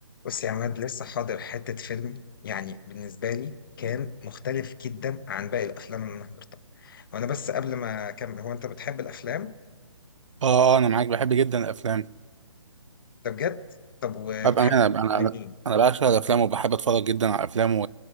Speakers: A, on the left; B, on the right.
A: بص يا عماد لسه حاضر حتة فيلم يعني بالنسبة لي كان مختلف جدا عن باقي الأفلام اللي أنا حضرتها وأنا بس قبل ما أكمل هو أنت بتحب الأفلام؟
B: اه آه، انا معاك بحب جدا الافلام
A: ده بجد؟ طب وبتحب
B: ابقى انا انا
A: مين؟
B: انا أنا بعشق الافلام وبحب اتفرج جدا على الافلام